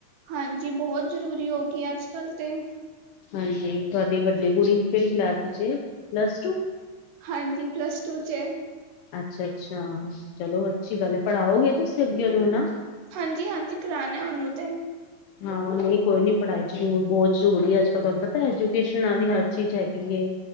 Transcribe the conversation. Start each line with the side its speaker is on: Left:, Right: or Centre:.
Right: ਹਾਂਜੀ, ਬਹੁਤ ਜ਼ਰੂਰੀ ਹੋ ਗੀ ਅੱਜ ਕੱਲ੍ਹ ਤੇ
Left: ਹਾਂਜੀ, ਤੁਹਾਡੀ ਵੱਡੀ ਕੁੜੀ ਕੇਹੜੀ ਕਲਾਸ ਚ ਏ, ਪਲੱਸ ਟੂ?
Right: ਹਾਂਜੀ ਪਲੱਸ ਟੂ ਚ ਏ
Left: ਅੱਛਾ ਅੱਛਾ, ਚਲੋ ਅੱਛੀ ਗੱਲ ਹੈ, ਪੜ੍ਹਾਓਗੇ ਤੁਸੀਂ ਅੱਗੇ ਨੂੰ ਹੈਨਾ
Right: ਹਾਂਜੀ ਹਾਂਜੀ, ਕਰਾਣੇ ਉਹਨੂੰ ਤੇ
Left: ਹਾਂ ਨੀ ਕੋਈ ਨੀ ਪੜ੍ਹਾਈ ਜ਼ਰ ਬਹੁਤ ਜ਼ਰੂਰੀ ਹੈ ਅੱਜ ਕੱਲ ਤੁਹਾਨੂੰ ਪਤਾ ਐਜੂਕੇਸ਼ਨ ਨਾਲ ਹੀ ਹਰ ਚੀਜ਼ ਹੈਗੀ ਏ